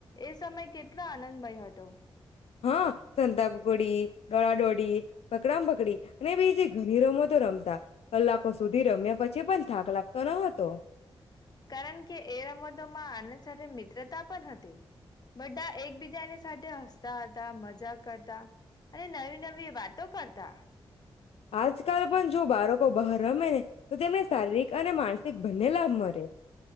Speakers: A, on the left; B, on the left.
A: એ સમય કેટલો આનંદમય હતો.
B: હાં સંતાકુકડી ડળડોડી, પકડા પકડી અને બી જે ઘણી રમ તો રમતા. કલાકો સુધી રમ્યા પછી પણ થાક લાગતો ન હતો.
A: કારણ કે, એ રમતોમાં આનંદ સાથે મિત્રતા પણ હતી, બઢા એકબીજાની સાઠે હસતા હતાં, મજા કરતા અને નવી નવી વાટો કરતાં.
B: આજકાલ પણ જો બારકો બહાર રમે ને તો તેમને શારીરિક અને માનસિક બંને લાભ મરે.